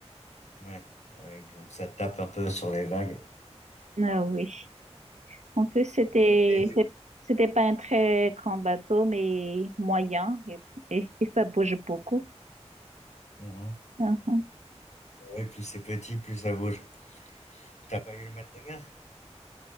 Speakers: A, on the left (about 75°); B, on the right (about 85°).
A: Ouais, ah ouais, donc ça tape un peu sur les vagues.
B: Ah oui. En plus, c'était
A: Et-
B: c'est- c'était pas un très grand bateau, mais moyen et, et, et ça bouge beaucoup.
A: Mhm.
B: Ah, ah.
A: Ouais, plus c'est petit, plus ça bouge. T'as pas eu le mal de mer?